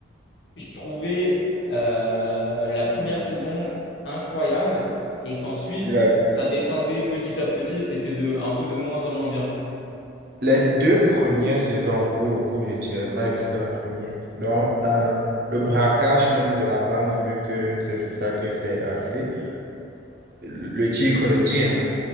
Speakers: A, on the left; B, on the right.
A: je trouvais euh, la première saison incroyable et qu'ensuite
B: La-
A: ça descendait petit à petit et c'était de, un peu de moins en moins bien.
B: les deux premières saisons, pour le coup, je dirais pas juste la première. Donc, euh, le braquage même de la banque, vu que c'est sur ça que c'est axé, le titre le dit, hein,